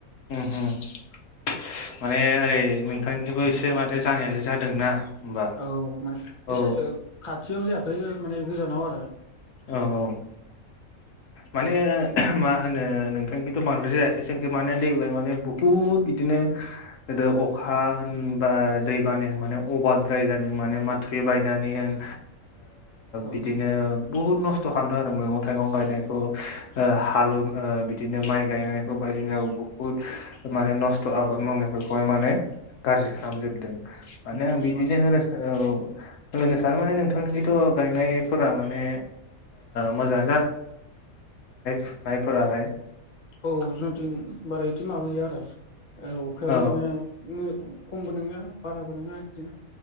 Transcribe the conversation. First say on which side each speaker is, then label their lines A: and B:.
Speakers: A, on the left; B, on the left.
A: ह ओम। माने ओरै नोंथांनिजोंबो एसे माने जानायालाय जादोंना? होमबा
B: औ माने
A: औ
B: एसे खाथियाव जायाखै माने गोजानाव आरो।
A: औ औ माने मा होनो नोंथां खौन्थ' बांद्रायसो जायाखैसखै माने देग्लाय माने बुहुत बिदिनो। गोदो अखा होनबा दै बाना माने अभारद्राय जादों माने माथो बाय गायनानै होन
B: औ ओ
A: बिदिनो बुहुत नस्थ' खालामदों आरो मैगं थाइगं गायनायखौ। आ हालौ बिदिनो माइ गायनायखौ बायदिनो बुहुत माने नस्थ' आबाद मावनायफोरखौहाय माने गाज्रि खालामजोबदों माने आं
B: नस्थ'
A: बिदिनो
B: खालायदों
A: होनो औ होनो सानो माने नोंथांनिखैथ' गायनायफोरा माने मोजां फुनायफोराहाय
B: औ जोंथि बारा बिदि माबा गैया। आ अखायाबो
A: औ
B: माने खमबो नङा बाराबो नङा बिदिनो।